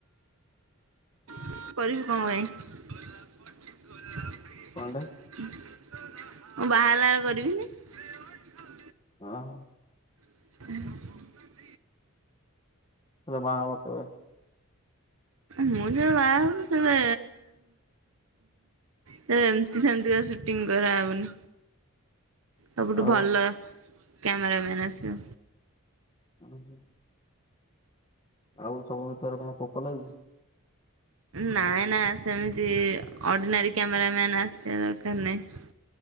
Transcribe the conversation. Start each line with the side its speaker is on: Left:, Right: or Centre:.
Right: କରିବୁ କଣ ପାଇଁ? ମୁଁ
Left: କଣଟେ
Right: ବାହାରିଲା ବେଳେ କରିବିିନି।
Left: ହଁ।
Right: <unintelligible>
Left: ର ବାହା ହବ କେବେ?
Right: ମୁଁ ଯେବେ ବାହା ହେବି ସେବେ ତ ଏମତି ସେମିତିକା ସୁଟିଂ କରାହବନି। ସବୁଠୁ
Left: ଆଉ
Right: ଭଲ କ୍ୟାମେରାମ୍ୟାନ୍ ଆସିବ।
Left: <unintelligible> ଆଉ ସବୁ ଭିତରେ କଣ ପୋକ ଲାଗିଛି?
Right: ନାଇଁ ନା ସେମିତି ଅର୍ଡିନାରୀ କ୍ୟାମେରାମ୍ୟାନ୍ ଆସିବା ଦରକାର ନାଇଁ।